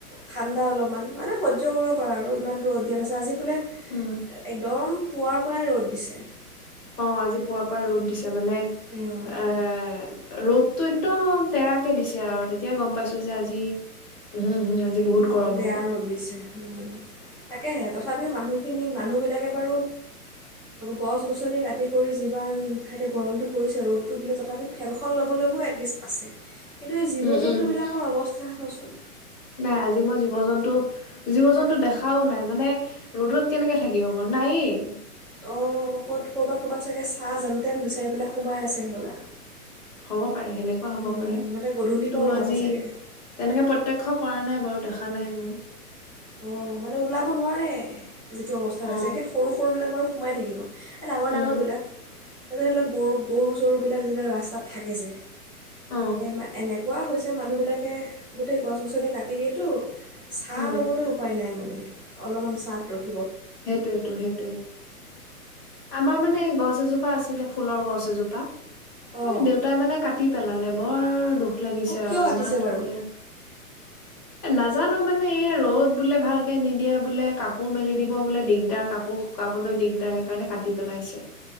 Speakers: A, on the left (about 15°); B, on the left (about 75°).
A: ঠাণ্ডা অলপমান মানে সহ্য কৰিব পৰা আৰু ইমানটো ৰ'দ দিয়া নাছিলে আজি এইফালে,
B: উম
A: একদম পুৱাৰ পৰাই ৰ'দ দিছে।
B: অ' আজি পুৱা পৰাই ৰ'দ দিছে। ত মানে এ
A: উম,
B: ৰ'দতটো একদম তেৰাকে দিছে আৰু তেতিয়াই গম পাইছো যে আজি <unintelligible>
A: বেয়া
B: হ'ব
A: ৰ'দ দিছে উম তাকেহে তথাপিও মানুহখিনি মানুহ বিলাকে বাৰু গছ-গছনি কাটি কৰি যিমান <unintelligible> গৰমটো পৰিছে ৰ'দটো দিলে তথাপি ফেনখন ল'বলৈয়ো এটলিষ্ট আছে কিন্তু এই জীৱ
B: উম
A: জন্তু
B: উম
A: বিলাকৰ অৱস্থা। চোৱাচোন,
B: নাই আজি মই জীৱ জীৱ-জন্তু জীৱ-জন্তু
A: হা
B: দেখাও নাই মানে, ৰ'দত কেনেকে থাকিব বাৰু নাইয়ে,
A: অ' ক'ত ক'ৰবাত ক'ৰবাত চাগে ছাঁ যেনতেন বিচাৰি পেলাই সোমাই আছে হ'বলা
B: হব পাৰে সেনেকুৱা হব
A: উম,
B: পাৰে
A: সিহঁতে গধূলিৰ
B: ত
A: পৰা
B: মই
A: ওলাব
B: আজি
A: চাগে
B: তেনেকে প্ৰত্যক্ষ কৰা নাই বাৰু দে দেখা নাই মই
A: অ' মানে ওলাব নোৱাৰে, যিটো অৱস্থা
B: অ
A: হৈছে, এতিয়া সৰু সৰুবিলাক বাৰু সোমাই থাকিব, ডাঙৰ-ডাঙৰ
B: উম
A: বিলাক <unintelligible> গৰু-গৰু চৰুবিলাক যিবিলাক ৰাস্তাত থাকে যে,
B: অ
A: এমা এনেক, কোৱা হৈছে, মানুহবিলাকে গোটেই গছ-গছনি কাট তিৰিয়েতো চালম
B: উম
A: উপায় নাই মানে অলপমান চাহত ৰ
B: সেইটোয়েতো সেইটোৱে, আমাৰ মানে গছ এজোপা আছিলে। ফুলৰ গছ এজোপা
A: অঁ
B: এই দেউতাই মানে কাটি পেলালে, বৰ দুখ <unintelligible> লাগিছে
A: অঁ
B: আৰু
A: কিয় কাটিছে
B: ইমান
A: বাৰু
B: ধুনীয়া এ নাজানো মানে এই ৰ'দ বোলে ভালকে নিদিয়ে বোলে, কাপোৰ মেলি দিব বোলে ডিগদাৰ, কাপোৰ শুকাবলৈ ডিগদাৰ হে কাৰণে কাটি পেলাইছে